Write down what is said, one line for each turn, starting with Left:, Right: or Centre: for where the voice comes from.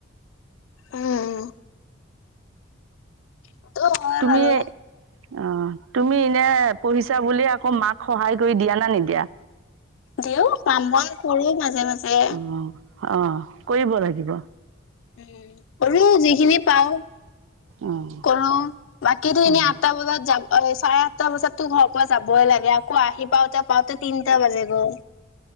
Left: উম সেইটো হয়
Right: তুমি
Left: বাৰু
Right: অ তুমি এনে পঢ়িছা বুলি আকৌ মাক সহায় কৰি দিয়া না নিদিয়া?
Left: দিও কাম বন কৰো মাজে মাজে।
Right: অঁ অঁ কৰিব লাগিব,
Left: উম কৰো যিখিনি পাও।
Right: অঁ
Left: কৰো, বাকী টো এনেই
Right: অঁ
Left: আঠটা বজাত যাব চাৰে, দুটা বজাততো ঘৰৰ পৰা যাবই লাগে আকৌ আহি পাওঁতে পা, তিনটা বাজি গ'ল,